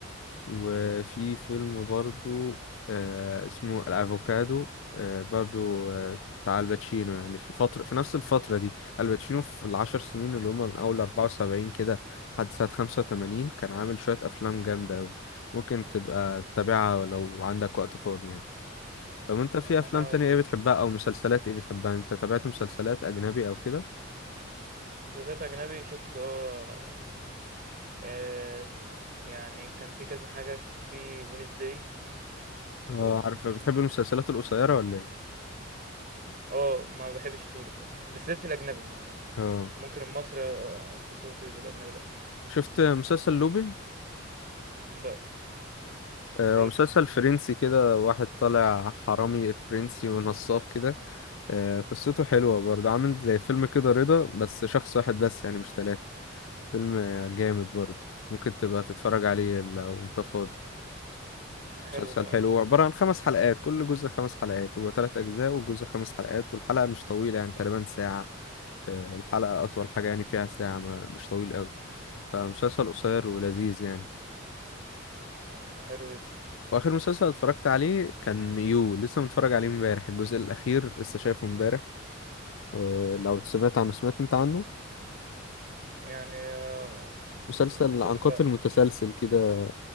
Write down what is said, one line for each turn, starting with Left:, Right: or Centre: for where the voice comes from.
Left: وفي فيلم برضو آه اسمه الأفوكادو آه برضو آه بتاع الباتشينو يعني في الفترة في نفس الفترة دي الباتشينو في العشر سنين اللي هما من أول أربعة وسبعين كده لحد سنة خمسة وتمانين كان عامل شوية أفلام جامدة أوي ممكن
Right: إمم،
Left: تبقى تتابعها لو عندك وقت فاضي يعني طب انت
Right: هاحاول
Left: في افلام تانية
Right: آه،
Left: ايه بتحبها او مسلسلات ايه بتحبها انت تابعت مسلسلات اجنبي او كده
Right: مسلسلات أجنبي شُفت آه، آآ س يعني كان في كذا حاجة في Wednesday و
Left: اه عارف بتحب المسلسلات القصيرة ولا
Right: آه، ما باحبش الطويل الصراحة، بالذات في الأجنبي يعني
Left: اه
Right: ممكن المصري آآ مسلسلات طويلة، الأجنبي لأ،
Left: شفت مسلسل لوبي
Right: لأ،
Left: آه،
Right: ده
Left: هو
Right: إيه
Left: مسلسل
Right: ده!
Left: فرنسي كده واحد طالع حرامي فرنسي ونصاب كده آه، قصته حلوة برضه عامل زي فيلم كده رضا بس شخص واحد بس يعني مش ثلاثة فيلم آه، جامد برضه ممكن تبقى تتفرج عليه لو انت فاضي مسلسل
Right: حلو ده،
Left: حلو هو عبارة عن خمس حلقات كل جزء خمس حلقات هو تلات أجزاء والجزء خمس حلقات والحلقة مش طويلة يعني تقريبا ساعة آه، الحلقة أطول حاجة يعني فيها ساعة ما- مش طويل أوي فمسلسل قصير ولذيذ يعني
Right: ده حلو جدًا،
Left: واخر مسلسل اتفرجت عليه كان يو لسه متفرج عليه امبارح الجزء الاخير لسه شايفه امباريح أه
Right: إمم،
Left: لو سمعت عنه سمعت انت عنه
Right: يعني آه،
Left: مسلسل
Right: بصراحة
Left: عن قاتل
Right: لأ،
Left: متسلسل
Right: ما شفتوش،
Left: كده